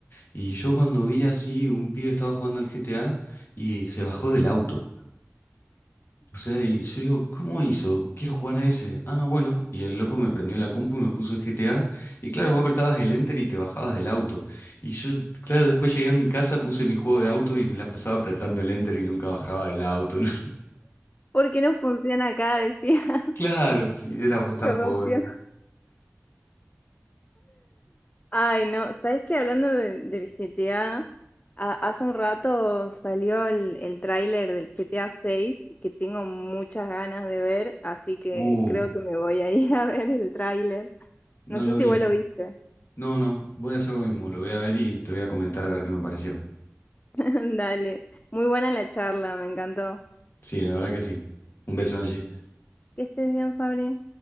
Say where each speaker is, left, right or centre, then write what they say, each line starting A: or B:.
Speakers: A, on the left; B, on the left.
A: Y yo cuando vi así, un pibe estaba jugando al GTA y se bajó del auto. O sea, y yo digo, ¿cómo hizo? Quiero jugar a ese. Ah, bueno. Y el loco me prendió la compu y me puso el GTA. Y claro, vos apretabas el enter y te bajabas del auto. Y yo, claro, después llegué a mi casa, puse mi juego de autos y me la pasaba apretando el enter y nunca bajaba del auto, ¿no? <laughs>
B: ¿Por qué no funciona acá? Decía, <laughs>
A: Claro, si éramos tan
B: se rompió.
A: pobres.
B: Ay, no, ¿sabes qué? Hablando de- del GTA, a- a- hace un rato salió el, el tráiler del GTA 6 que tengo muchas ganas de ver, así que
A: Uh,
B: creo que me voy a ir <laughs> a ver el tráiler.
A: no
B: No sé
A: lo
B: si
A: vi.
B: vos lo viste.
A: No, no, voy a hacer lo mismo. Lo voy a ver y te voy a comentar a ver qué me pareció.
B: <laughs> Dale, muy buena la charla, me encantó.
A: Sí, la verdad que sí. Un beso, Angie.
B: Que estés bien, Fabri.